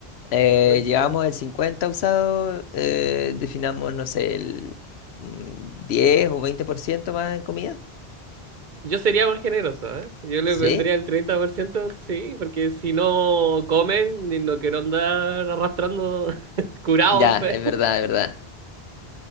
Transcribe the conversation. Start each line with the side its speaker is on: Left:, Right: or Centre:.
Left: Eh,
Right: 50,
Left: llevamos el
Right: 60.
Left: 50 usado, eh, definamos, no sé, el un 10 o 20% más en comida.
Right: Yo sería más generoso, ¿eh? Yo le
Left: ¿Sí?
Right: vendría el 30% sí, porque si no comen, ni no quiero andar arrastrando <laughs> curados.
Left: Ya,
Right: pe.
Left: es verdad, es verdad.